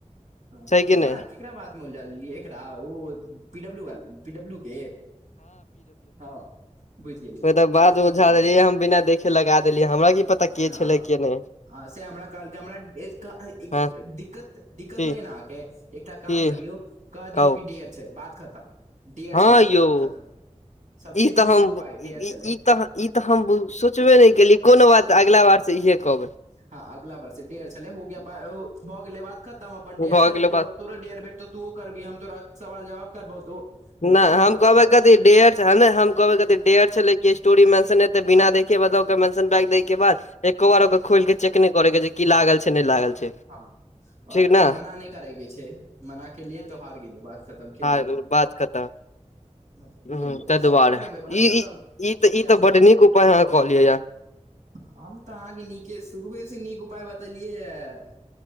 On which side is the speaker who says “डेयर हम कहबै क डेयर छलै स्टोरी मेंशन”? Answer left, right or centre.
Left